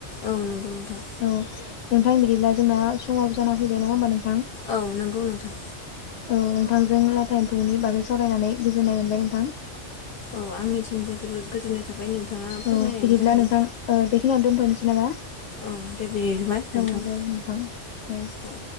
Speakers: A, on the left; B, on the left.
A: औ नंगौ नोंथां
B: औ नोंथां बिदिब्ला जोंना समाव जाना फैबाय नङा होमबा नों
A: औ नंगौ नोंथां
B: औ नोंथांजों लाथा एम्फौनि बागै सावरायनानै गोजोननाय मोनबाय नोंथां
A: औ आंनिथिंबो जोबोद गोजोननाय थाबाय नोंथाङा फोरमायनायनि
B: औ बिदिब्ला
A: थाखाय
B: नोंथां ओ बेखिनियावनो दोनथ'नोसै नामा
A: औ दे बिदिबा नोंथां
B: औ दे नोंथां दे <inaudible>
A: औ